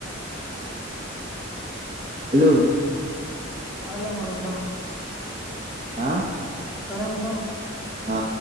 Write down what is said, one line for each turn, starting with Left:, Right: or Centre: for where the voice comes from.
Right: హాలో
Centre: సార్లే మరి ఉంటా
Right: ఆ
Centre: సరే ఉంటానా
Right: ఆ